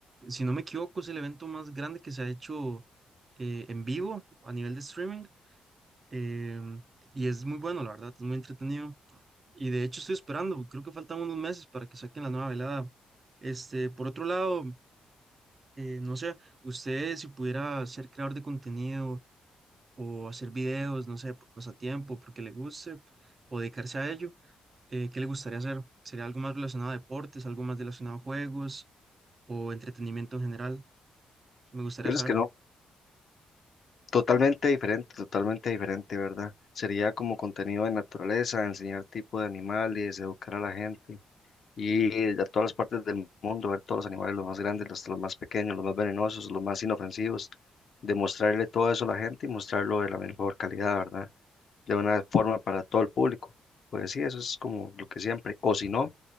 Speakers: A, on the right; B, on the left.
A: si no me equivoco, es el evento más grande que se ha hecho eh, en vivo a nivel de streaming. em, y es muy bueno, la verdad, es muy entretenido. Y de hecho estoy esperando, creo que faltan unos meses para que saquen la nueva velada. Este, por otro lado, eh, no sé, usted si pudiera ser creador de contenido o hacer videos, no sé, por pasatiempo, porque le guste o dedicarse a ello, eh, ¿qué le gustaría hacer? ¿Sería algo más relacionado a deportes, algo más relacionado a juegos o entretenimiento en general? Me gustaría
B: Yo
A: saber.
B: es que no. Totalmente diferente, totalmente diferente, ¿verdad? Sería como contenido de naturaleza, enseñar tipo de animales, educar a la gente y eh, a todas las partes del mundo, ver todos los animales, los más grandes, los, los más pequeños, los más venenosos, los más inofensivos, demostrarle todo eso a la gente y mostrarlo de la mejor calidad, ¿verdad? De una forma para todo el público. Pues sí, eso es como lo que siempre. O si no,